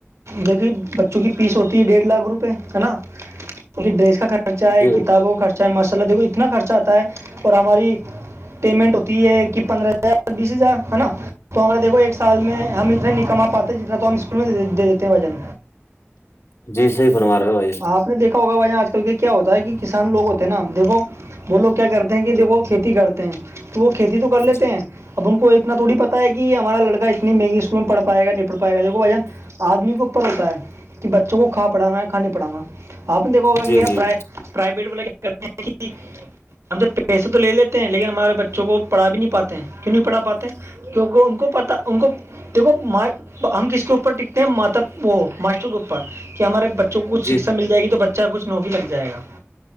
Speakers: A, on the right; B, on the left.
A: دیکھیے بچوں کی فیس ہوتی ہے ڈیڑھ لاکھ روپئے ہے نا اس ڈریس کا خرچہ ہے
B: جی
A: کتابوں کا خرچہ ہے ماسءلہ دیکھو اتنا خرچہ آتا ہے اور ہماری پیمنٹ ہوتی ہے کہ پندرہ ہزار بیس ہزار ہے نا تو ہما دیکھو ایک سال میں ہم اتنا نہیں کما پاتے جتنا تو ہم اسکول میں دے دیتے ہیں وزن
B: جی صحیح فرما رہے ہو بھائی جان
A: آپ نے دیکھا ہوگا بھائی آج کل کے کیا ہوتا ہے کہ کسان لوگ ہوتے ہیں نا دیکھو وہ لوگ کیا کرتے ہیں کہ دیکھو کھیتی کرتے ہیں تو وہ کھیتی تو کر لیتے
B: جی
A: ہیں اب ان کو اتنا تھوڑی پتتا ہے کہ ہمارا لڑکا انی مہنگی اسکول میں پڑھ پائے گا نہیں پڑھ پائے گا جو وہ وھہن آدمی کے اوپر ہوتا ہے کہ بچوں کو کھا پڑانا ہے کھا نہیں پڑانا آپ نے دیکھا ہوگا کہ
B: جی
A: یار
B: جی
A: پر پرائیویٹ والا کیا کرتے ہیں ہم تو پیسے تو لے لیتے ہیں لیکن ہمارے بچوں کو پڑھ بھی نہیں پاتے ہیں کیوں نہیں پڑھا پاتے کیونکہ ان کو پتا ان کو دیکھو م ہم کس کے اوپر ٹکتے ہیں ماتا وہ ماسٹر کے اوپر کہ ہمارے بچوں کو کچھ
B: جی
A: شکھا مل جائے گی تو بچہ کچھ نوکری لگ جائے گا